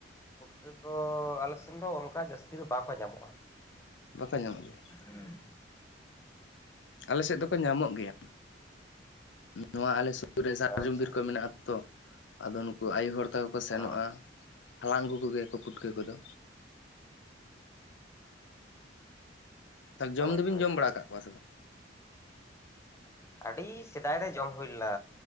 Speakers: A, on the left; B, on the left.
A: ᱯᱩᱴᱠᱟᱹ ᱠᱚ ᱟᱞᱮ ᱥᱮᱱ ᱫᱚ ᱚᱱᱠᱟ ᱡᱟᱹᱥᱛᱤ ᱫᱚ ᱵᱟᱠᱚ ᱧᱟᱢᱚᱜᱼᱟ᱾
B: ᱵᱟᱠᱚ ᱧᱟᱢᱚᱜ ᱜᱮᱭᱟ᱾
A: ᱦᱮᱸ
B: ᱟᱞᱮ ᱥᱮᱫ ᱫᱚᱠᱚ ᱧᱟᱢᱚᱜ ᱜᱮᱭᱟ ᱱᱚᱣᱟ ᱟᱞᱮ ᱥᱩᱨ ᱨᱮ ᱥᱟᱨᱡᱚᱢ
A: ᱟᱪᱪᱷᱟ
B: ᱵᱤᱨ ᱠᱚ ᱢᱮᱱᱟᱜ᱾ ᱛᱚ ᱟᱫᱚ ᱱᱩᱠᱩ ᱟᱭᱩ ᱦᱚᱲ ᱛᱟᱠᱚ ᱠᱚ ᱥᱮᱱᱚᱜᱼᱟ
A: ᱚ
B: ᱦᱟᱞᱟᱝ ᱟᱹᱜᱩ ᱠᱚᱜᱮᱭᱟᱠᱚ ᱯᱩᱴᱠᱟᱹ ᱠᱚᱫᱚ ᱛᱟᱦᱚᱞᱮ ᱡᱚᱢ
A: ᱦᱳᱭ
B: ᱫᱚᱵᱤᱱ
A: ᱦᱳᱭ
B: ᱡᱚᱢ ᱵᱟᱲᱟ ᱟᱠᱟᱫ ᱠᱚᱣᱟ ᱥᱮ ᱵᱟᱝ
A: ᱟᱹᱰᱤ ᱥᱮᱫᱟᱭ ᱨᱮ ᱡᱚᱢ ᱦᱩᱭ ᱞᱮᱱᱟ